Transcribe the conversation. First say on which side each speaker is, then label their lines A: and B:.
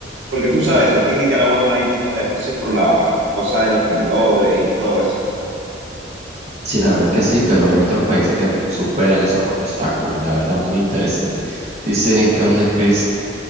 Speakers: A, on the right; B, on the right.
A: Porque tú
B: Entiendo.
A: sabes, aquí en Nicaragua no hay tantos edificios por la cosa de los temblores y todo eso.
B: Sí, la verdad que sí, pero hay otros países que superan esos obstáculos, la verdad, muy interesante. Dicen que donde Cristo,